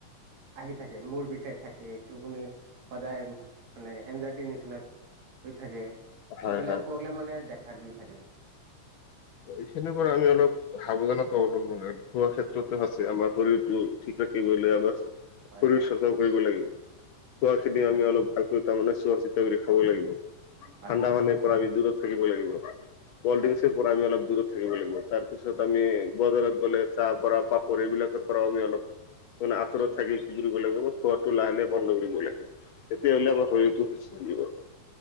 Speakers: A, on the right; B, on the left.
A: আহি থাকে মূৰ বিষাই থাকে, টোপনি সদায় মানে এনজাইটি নি নিচিনা হৈ থাকে এইবিলাক
B: হয় হয়
A: কৰিলে মানে দেখা দি থাকে
B: এইখিনিৰ পৰা আমি অলপ সাৱধানতা অৱলম্বন খোৱা ক্ষেত্ৰতো আছে আমাৰ শৰীৰটো ঠিক ৰাখিবলৈ আমাক শৰীৰ
A: হয় হয়
B: চচা কৰিব লাগিব খোৱা খিনি
A: হয়
B: আমি অলপ ভালকৈ তাৰমানে চোৱাচিতা কৰি খাব লাগিব
A: হয়
B: ঠাণ্ডা
A: হয়
B: পানীৰ
A: হয়।
B: পৰা আমি দূৰত থাকিব লাগিব, কল্ড
A: হয়
B: ড্ৰিংকচৰ
A: হয়
B: পৰা আমি অলপ দূৰত থাকিব লাগিব তাৰ তাৰপিছত আমি বজাৰত গ'লে চাহ পৰা পাপৰ এইবিলাকৰ পৰাও আমি অলপ মানে আঁতৰত থাকি কি কৰিব লাগিব খোৱাটো লাহে লাহে বন্ধ কৰিব লাগিব তেতিয়াহলে আমাৰ শৰীৰটো সুস্থ থাকিব